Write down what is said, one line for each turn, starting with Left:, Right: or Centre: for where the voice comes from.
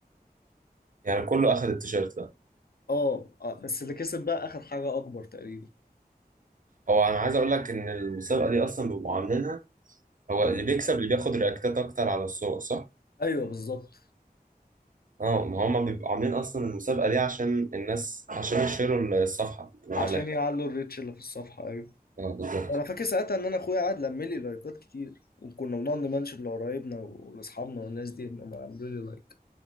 Right: يعني كله اخد التيشيرت ده
Left: اه آه، بس اللي كسب بقى اخر حاجه اكبر تقريبا
Right: هو انا عايز اقول لك ان المسابقه دي اصلا بيبقوا عاملينها هو
Left: اه
Right: اللي بيكسب اللي بياخد رياكتات اكتر على الصور صح
Left: ايوه بالظبط
Right: اه ما هم بيبقوا عاملين اصلا المسابقه دي عشان الناس عشان يشيروا الصفحه اللي
Left: عشان
Right: عاملاها
Left: يعلوا الريتش اللي في الصفحه ايوه
Right: اه بالظبط
Left: انا فاكر ساعتها ان انا اخويا قعد لم لي لايكات كتير وكنا بنقعد نمنشن لقرايبنا ولاصحابنا والناس دي انهم عملوا لي لايك